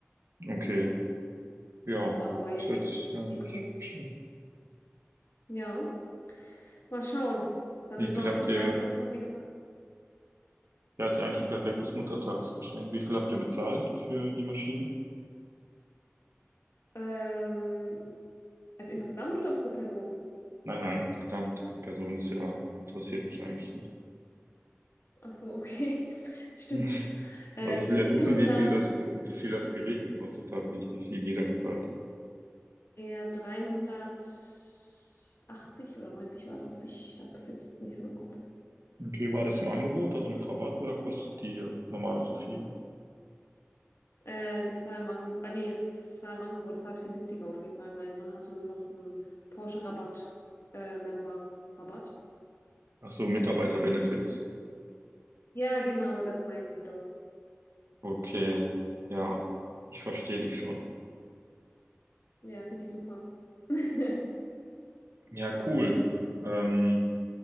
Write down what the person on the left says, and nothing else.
Aber jetzt
die Größe.
Ja, mal schauen. Damit
es mal ein
bisschen
leichter hat, haben wir gedacht.
Ähm, also insgesamt oder pro Person?
Ach so, okay. <laughs> Stimmt.
Äh,
300,
eher 380 oder 90 war das. Ich habe es jetzt nicht so im Kopf.
Äh, das war im Angebot. Ah, nee, das war im Angebot. Das war ein bisschen günstiger auf jeden Fall. Mein Mann hatte noch einen Porsche-Rabatt, äh, Member-Rabatt.
Gutschein.
Ja, genau, das meinte ich doch.
Ja, finde ich super. <laughs>